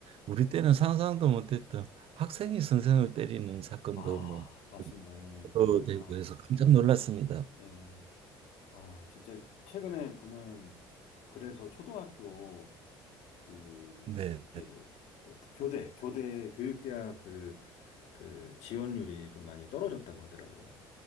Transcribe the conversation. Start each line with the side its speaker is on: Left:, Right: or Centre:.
Right: 우리 때는 상상도 못했던 학생이 선생을 때리는 사건도
Left: 아,
Right: 뭐
Left: 맞습니다. 예.
Right: 보도되고
Left: 아,
Right: 해서 깜짝 놀랐습니다.
Left: 예. 아, 진짜 최근에 보면 그래서 초등학교 그
Right: 네.
Left: 이게 그 교대 교대 교육대학 그 그 지원율이 좀 많이 떨어졌다고 하더라고요.